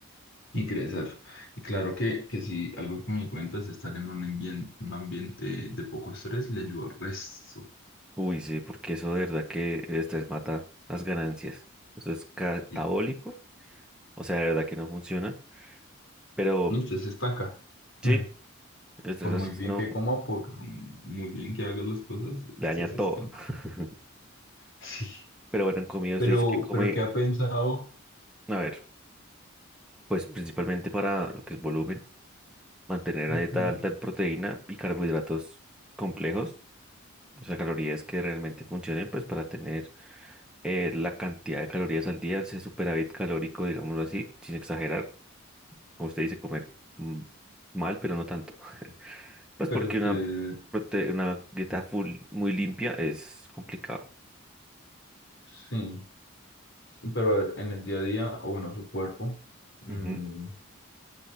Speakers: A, on the left (about 65°); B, in the centre.
A: y crecer. Y claro que, que sí, algo que me di cuenta es estar en un ambien- un ambiente de poco estrés le ayuda al resto.
B: Uy, sí, porque eso de verdad que el estrés mata las ganancias. Eso es catabólico.
A: Eh,
B: O sea, de verdad que no funciona. Pero
A: no, usted se estanca.
B: sí,
A: <laughs>
B: el estrés
A: Por muy
B: asesino
A: bien que coma, por muy bien que haga las cosas,
B: le
A: usted
B: daña
A: se
B: todo.
A: estanca.
B: <laughs>
A: Sí.
B: Pero bueno, en comida usted
A: Pero,
B: dice que come,
A: pero ¿qué ha pensado?
B: a ver, pues principalmente para lo que es volumen. mantener
A: Ujú.
B: una dieta alta en proteína y carbohidratos complejos, o sea, calorías que realmente funcionen, pues para tener eh, la cantidad de calorías al día, ese superávit calórico, digámoslo así, sin exagerar, como usted dice, comer mm, mal, pero no tanto. <laughs> Pues
A: Pero
B: porque
A: usted,
B: una, prote- una dieta full muy limpia es complicado.
A: sí, pero a ver, en el día a día, o bueno, su cuerpo. mm,
B: Ujú,